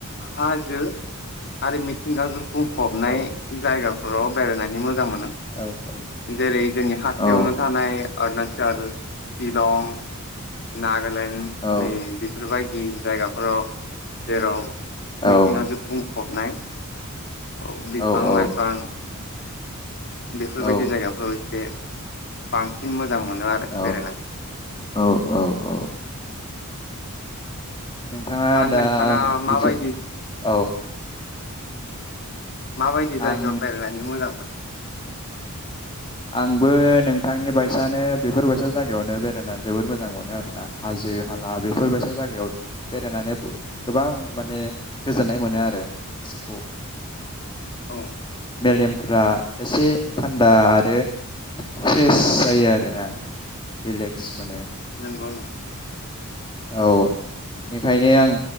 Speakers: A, on the left; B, on the left.
A: हाजो आरो मिथिंगाजोब बुंफबनाय
B: औ
A: जायगा। र' बायना नानि मोजां मोन। ओ
B: औ औ
A: जेरै जोंनि खाथियावनो
B: औ
A: थानाय अरुणाचल, शिलं, नागालेण्ड
B: औ
A: नै बेफोरबायदि जायगाफोराव देराव।
B: औ
A: मिथिंगाजो बुं फबनाय। औ बिफां-लाइफां
B: औ
A: बेफोरबायदि
B: औ
A: जायगाफोराव एसे बांसिन मो जां मोनो आरो
B: औ
A: बेरायनानै।
B: औ औ औ नोंथाङा दा
A: नोंथाङा माबायदि
B: बेफोर औ।
A: माबायदि जायगायाव
B: आं
A: बेायरायनानै मोजां मोन
B: आंबो नोंथांनि बायसानो बेफोरबायसा जायगायावनो बेरायना जोबोद मोजां मोनो आरोना हाजो-हाला बेफोरबायसा जायगायाव बेरायनानै गोबां माने गोजोननाय मोनो आरो गोसोखौ।
A: औ।
B: मेलेमफ्रा एसे थान्दा आ आरो फ्रेस जायो आरोना रिलेक्स मोनो।
A: गं नों
B: औ बेनिखायनो आं